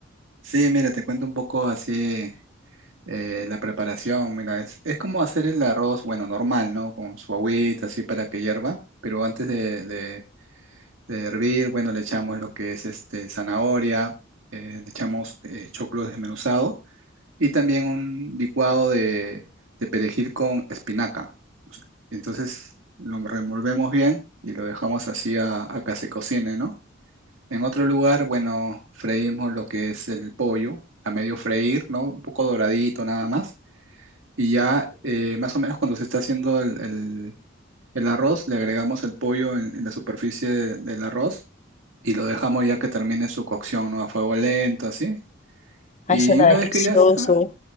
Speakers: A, on the right (about 75°); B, on the left (about 35°).
A: sí, mira, te cuento un poco así. eh, la preparación, mira, es, es como hacer el arroz, bueno, normal, ¿no? Con su agüita, así para que hierva, pero antes de, de- de hervir, bueno, le echamos lo que es este, zanahoria, eh, le echamos eh, choclo desmenuzado y también un licuado de, de perejil con espinaca. Entonces lo revolvemos bien y lo dejamos así a, a que se cocine, ¿no? En otro lugar, bueno, freímos lo que es el pollo a medio freír, ¿no? Un poco doradito nada más y ya eh, más o menos cuando se está haciendo el, el- el arroz, le agregamos el pollo en, en la superficie de- del arroz y lo dejamos ya que termine su cocción, ¿no? A fuego lento, así.
B: Ay,
A: Y
B: suena
A: una
B: delicioso.
A: vez que ya está,